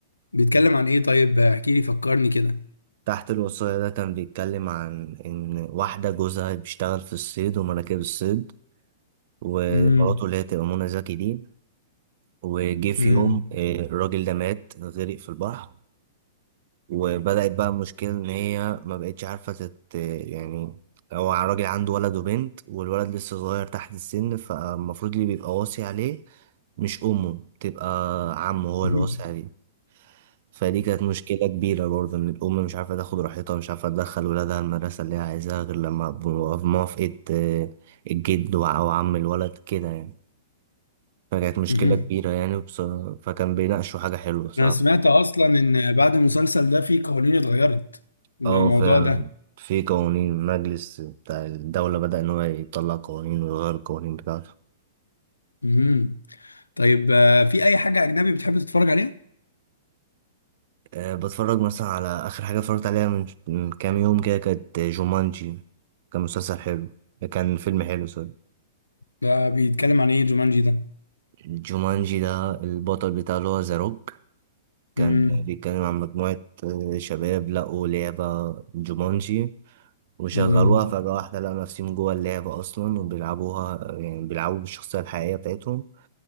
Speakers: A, on the left (about 90°); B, on the right (about 50°).
A: بيتكلم عن إيه طيب آه، احكي لي فكرني كده
B: تحت الوصاية ده كان بيتكلم عن إن واحدة جوزها بيشتغل في الصيد ومراكب الصيد ومراته
A: امم
B: اللي هي تبقى منى زكي دي وجه في
A: امم
B: يوم آه، الراجل ده مات غرق في البحر وبدأت بقى المشكلة إن هي ما بقتش عارفة تت يعني هو الراجل عنده ولد وبنت والولد لسه صغير تحت السن فالمفروض اللي بيبقى واصي عليه مش أمه بتبقى عمه هو
A: امم
B: اللي واصي عليه فدي كانت مشكلة كبيرة برضه إن الأم مش عارفة تاخد راحتها مش عارفة تدخل ولادها المدرسة اللي هي عايزاها غير لما بموافقة آه، الجد وع- أو عم الولد كده يعني فكانت مشكلة
A: امم
B: كبيرة يعني وبص- فكان بيناقشوا حاجة حلوة بصراحة
A: أنا سمعت أصلا إن بعد المسلسل ده في قوانين اتغيرت للموضوع
B: اه فعلا
A: ده
B: في قوانين مجلس بتاع الدولة بدأ إن هو يطلع قوانين ويغير القوانين بتاعته
A: امم طيب آه، في أي حاجة أجنبي بتحب تتفرج عليها؟
B: أه بتفرج مثلا على آخر حاجة اتفرجت عليها من من كام يوم كده كانت جومانجي كان مسلسل حلو كان فيلم حلو سوري
A: ده بيتكلم عن ايه جومانجي ده
B: جومانجي ده البطل بتاعه اللي هو ذا روك كان
A: امم
B: بيتكلم عن مجموعة آه، شباب لقوا لعبة جومانجي وشغلوها
A: امم
B: فجأة واحدة لقوا نفسهم جوه اللعبة أصلا وبيلعبوها آه، يعني بيلعبوا بالشخصية الحقيقية بتاعتهم